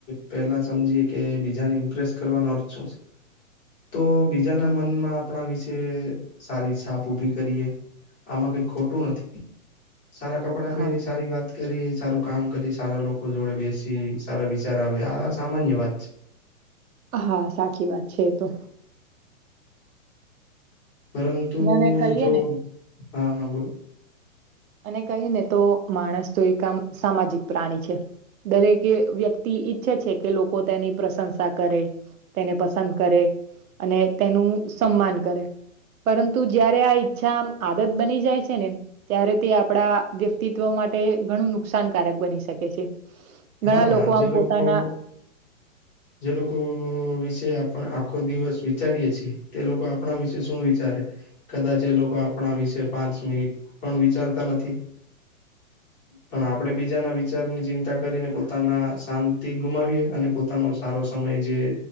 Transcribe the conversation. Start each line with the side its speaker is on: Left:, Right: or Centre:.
Left: પેલા સમજીએ કે બીજાને ઇમ્પ્રેસ કરવાનો અર્થ શું છે તો બીજાના મનમાં આપણા વિશે સારી છાપ ઉઊભી કરીએ આમાં કઈ ખોટું નથી સારા કપડાં
Right: હા
Left: પહેરી સારી વાત કરી સારું કામ કરી સારા લોકો જોડે બેસી સારા વિચાર આવે આ સામાન્ય વાત છે
Right: હા સાચી વાત છે તો
Left: પરંતુ
Right: અને એને કહીએ
Left: જો
Right: ને
Left: હા હા બોલો
Right: અને કહી ને તો માણસ તો એક આમ સામાજિક પ્રાણી છે દરેકે વ્યક્તિ ઈચ્છે છે કે લોકો તેની પ્રશંસા કરે તેને પસંદ કરે અને તેનું સન્માન કરે પરંતુ જયારે આ ઈચ્છા આદત બની જાય છે ને ત્યારે તે આપણા વ્યક્તિત્વ માટે ઘણું નુકસાનકારક બની શકે છે ઘણા
Left: હા
Right: લોકો આમ
Left: જે
Right: પોતાના
Left: લોકો જે લોકો વિશે આપ આખો દિવસ વિચારીએ છીએ તે લોકો આપણા વિશે શું વિચારે કદાચ એ લોકો આપણા વિશે પાંચ મિનિટ પણ વિચારતા નથી પણ આપડણે બીજાના વિચારની ચિંતા કરીને પોતાના શાંતિ ગુમાવીએ અને પોતાનો સારો સમય જે